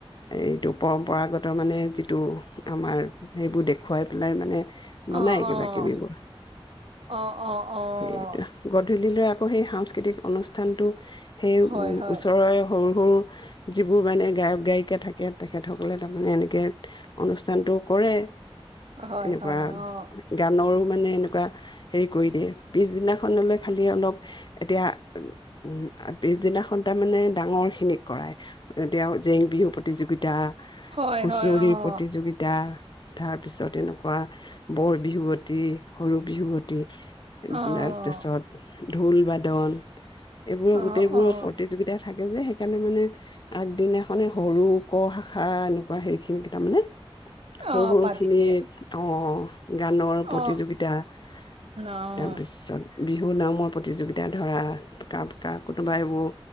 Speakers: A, on the left; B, on the right.
A: এইটো পৰম্পৰাগত মানে যিটো আমাৰ সেইবোৰ খুৱাই পেলাই মানে বনাই
B: অ
A: কিবা কিবিবোৰ
B: অ অ', অ', অ',
A: সেইটো গধূলিলৈ আকৌ সেই সাংস্কৃতিক অনুষ্ঠানটো সেই
B: হয়, হয়,
A: ওচৰৰে সৰু সৰু যিবোৰ মানে গায়ক গায়িকা থাকে তেখেতসকলে তাৰমানে এনেকৈ অনুষ্ঠানটো কৰে
B: হয়,
A: এনেকুৱা
B: হয়, অ',
A: গানৰো মানে এনেকুৱা হেৰি কৰি দিয়ে পিছদিনাখনলৈ খালি অলপ এতিয়া পিছদিনাখন তাৰমানে ডাঙৰখিনিক কৰায় এতিয়া জেং বিহু প্ৰতিযোগিতা
B: হয়,
A: হুচৰি
B: হয়, অ',
A: প্ৰতিযোগিতা তাৰপিছত এনেকুৱা বৰ বিহুৱতী সৰু বিহুৱতী
B: অ',
A: তাৰ পাছত ঢোল বাদন এইবোৰৰ
B: অ',
A: গোটেইবোৰ
B: অ',
A: প্ৰতিযোগিতা থাকে যে সেইকাৰণে মানে আগদিনাখনে সৰু ক শাখা এনেকুৱা সেইৰিখিনিকেই কেইটা মানে
B: অ',
A: সৰু সৰুখিনিত
B: পাতি দিয়ে
A: অ গানৰ
B: অ',
A: প্ৰতিযোগিতা তাৰ
B: অ',
A: পিছত বিহু নামৰ প্ৰতিযোগিতা ধৰা পতা পতা কোনোবা এইবোৰ